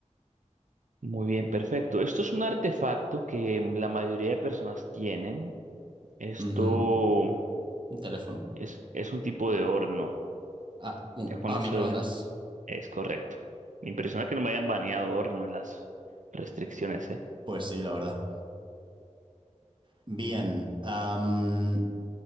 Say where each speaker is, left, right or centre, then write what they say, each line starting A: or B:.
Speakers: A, on the right (about 80°); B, on the right (about 40°).
A: Muy bien, perfecto. Esto es un artefacto que la mayoría de personas tienen. Esto
B: ujú. Un teléfono.
A: es, es un tipo de horno.
B: A, uh,
A: Ya con
B: a
A: eso
B: microondas.
A: es correcto. Me impresiona que no me hayan baneado horno en las restricciones, ¿eh?
B: Pues sí, la verdad. Bien. am,